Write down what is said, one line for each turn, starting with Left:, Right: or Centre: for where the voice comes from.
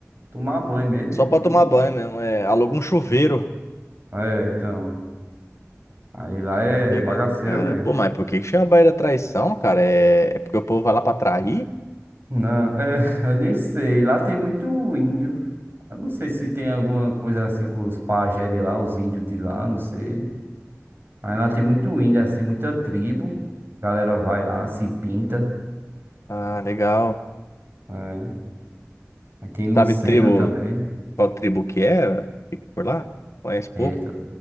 Right: tomar banho mesmo.
Left: Só pra
Right: E...
Left: tomar banho mesmo. É, aluga um chuveiro.
Right: É, é, então. Aí lá é,
Left: Legal,
Right: é bagaceira
Left: cara.
Right: mesmo.
Left: Pô, mas por que que chama Baía da Traição, cara? É, é porque o povo vai lá pra trair?
Right: Não, é, <laughs> eu nem sei. Lá tem muito índio. Eu não sei se tem alguma coisa assim com os pajé de lá, os índios de lá, não sei. Aí lá tem muito índio, assim, muita tribo. A galera vai lá, se pinta.
Left: Ah, legal.
Right: É. Aqui em Lucena
Left: Sabe tribo,
Right: também.
Left: qual tribo que é? Fica por lá? Conhece
Right: Eita,
Left: pouco?